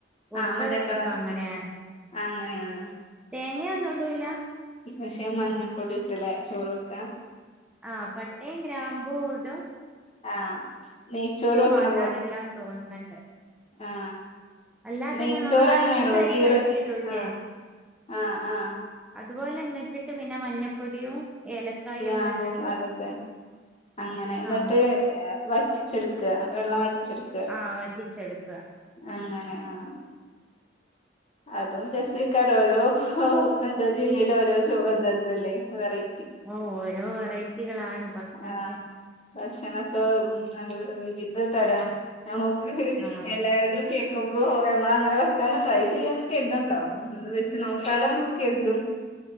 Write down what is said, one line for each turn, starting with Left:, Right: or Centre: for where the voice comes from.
Centre: കോഴിക്കോടൊക്കൊക്കെ
Left: ആ മഞ്ഞക്കളർ
Centre: അങ്ങനെയാണ്
Left: അങ്ങനെയാണ്
Centre: തേങ്ങയൊന്നുടൂലാ
Left: പക്ഷെ മഞ്ഞപ്പൊടി ഇട്ടല്ലേ ചോറ് വെക്കാ
Centre: ആ പട്ടയും ഗ്രാമ്പൂടും
Left: ആ നെയ്ച്ചോറ് വെക്കണ
Centre: വാട്ടാറില്ലാന്ന്
Left: പോലെ
Centre: തോന്നുന്നുണ്ട്
Left: ആ
Centre: അല്ലാതെ
Left: നെയ്ച്ചോർ
Centre: തന്നെ നമ്മൾ അടുപ്പത്ത്
Left: അങ്ങനെയണല്ലോ
Centre: അരി
Left: ഗീറ്
Centre: കഴുകിയിടൂല്ലേ
Left: ആ ആ ആ
Centre: അതുപോലെന്നിട്ടിട്ട് പിന്നെ മഞ്ഞപ്പൊടിയും ഏലക്കായും
Left: ഗ്രാമ്പുവും
Centre: ഒക്കെ ഇട്ടിട്ട്
Left: അതൊക്കെ അങ്ങനെ എന്നിട്ട്
Centre: ആഹ്
Left: വറ്റിച്ചെടുക്ക വെള്ളം വറ്റിച്ചെടുക്ക
Centre: ആഹ് വറ്റിച്ചെടുക്കുക
Left: അങ്ങനെ ആ അതും രസയിക്കാരോ ഓരോ എന്താ ജില്ലയില് ഓരോ ചോ എന്താ ഇതല്ലേ വെറൈ
Centre: ഓ ഓരോ വെറൈറ്റികളാണ് ഭക്ഷണത്തിന്
Left: ആ ഭക്ഷണക്കെ വിവിധ തരാണ് നമുക്ക്
Centre: ആഹ്
Left: എല്ലാവര്തും കേ ക്കുമ്പോ ഞമ്മളങ്ങനെവെക്കണം ട്രൈചെയ്യാണം കെര്തുണ്ടോ ഒന്ന് വെച്ച് നോക്കാലോന്ന് കെര്തും